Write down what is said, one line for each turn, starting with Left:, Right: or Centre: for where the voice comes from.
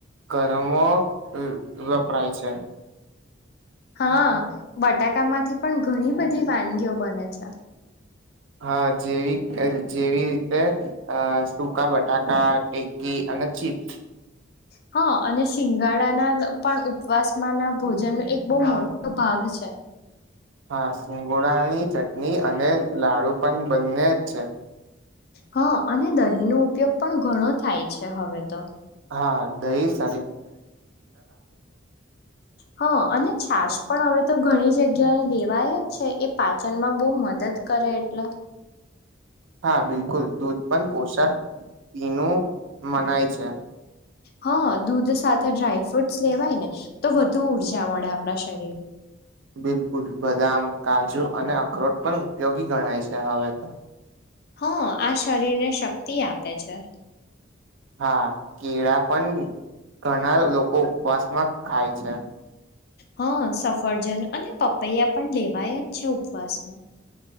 Right: ગરમો હમ વપરાય છે
Left: હા બટાકા માંથી પણ ઘણી બધી વાનગીઓ બને છે
Right: હા જેવી જેવી રીતે અ સૂકા બટાકા ટેકી અને ચિપ્સ
Left: હા ગાળાના પણ ઉપવાસમાં ના ભોજનનો એક બઉ મોટો ભાગ છે
Right: હા સિંગોડાની ચટણી અને લાડુ પણ બંને જ છે
Left: હા અને દહીં નો ઉપયોગ પણ ઘણો થાય છે હવે તો
Right: હા દહી સ
Left: હ અને છાસ પણ હવે તો ઘણી જગ્યાએ દેવાય જ છે એ પાચનમાં બહુ મદદ કરે એટલે
Right: હા બિલકુલ દૂધ પણ પોશાક પીનું મનાય છે
Left: હા દૂધ સાથે ડ્રાયફ્રુટસ લેવાય ને તો વધુ ઉર્જા મળે આપણા શરીર
Right: બિલકુલ બદામ કાજુ અને અખરોટ પણ ઉપયોગી ગણાય છે હવે તો
Left: હ આ શરીરને શક્તિ આપે છે
Right: હા કેળા પણ ઘણા લોકો ઉપવાસ માં ખાય છે
Left: હા સફરજન અને પપૈયા પણ લેવાયા જ છે ઉપવાસમાં